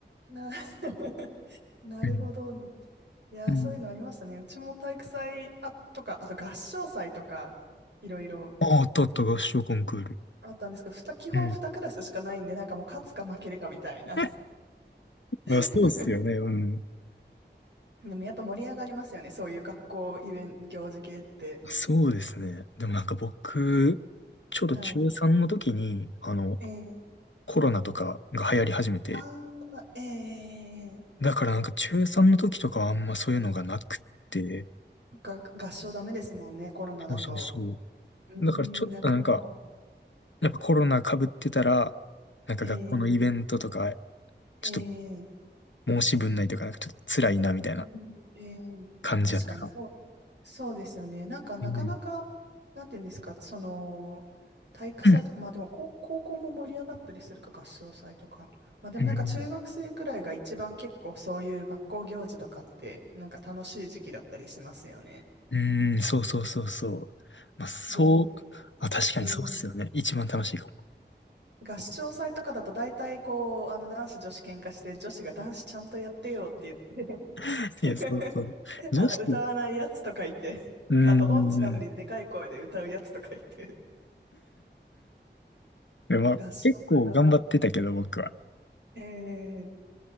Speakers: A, on the right; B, on the left.
A: な、<laughs> なるほどな。
B: うん。
A: いやー、
B: うん。
A: そういうのありましたね。うちも体育祭あとか、あと合唱祭とか、いろいろ
B: あ、あったあった、合唱コンクール。
A: あったんですけど、ふた基本2クラスしかないんで、
B: うん。
A: なんかもう勝つか負けるかみたいな。
B: <laughs>
A: <laughs>
B: あ、そうっすよね。うん。
A: でもやっぱ盛り上がりますよね、そういう学校イベント、行事系って。
B: そうですね。でもなんか僕、ちょうど中3の時に、
A: はい。
B: あの、
A: えー
B: コロナとかが流行り始めて、
A: あー、えええーえー
B: だからなんか中3の時とかはあんまそういうのがなくって、
A: そっか、合唱ダメですもんね、コロナだと。
B: そうそうそ
A: うーん、
B: う。だからちょっとなんか、
A: なるほど。
B: やっぱコロナ被ってたら、なんか学校のイベントとか、
A: ええええ
B: ちょっと申し分ないとか、なんかちょっと辛いなみたいな
A: うんええ
B: 感じやったか。
A: 確かにそう、そうですよね。なんか、なかなか、
B: うん。
A: なんていうんですか、その、体育祭とか、
B: うん。
A: まあでも高、高校も盛り上がったりするか、合唱祭とか。まあでもなんか、
B: うん、
A: 中学生くらいが一番結構そういう学校行事とかって、なんか楽しい時期だったりしますよね。
B: うんそうそうそうそう。まあ、そう、
A: で、
B: あ、確かにそうっすよね。
A: ええ
B: 一番楽しいかも。
A: 合唱祭とかだと大体こう、あの男子女子喧嘩して、女子が男子ちゃんとやってよって言っ
B: <laughs>
A: て
B: いや、そうそう。
A: <laughs>
B: 女子、
A: あの歌わないやつとかいて、<laughs>
B: うん。
A: あと音痴なのにでかい声で歌うやつとかいて、
B: でまあ、
A: 合唱祭が、
B: 結構頑張ってたけど、僕は。
A: えー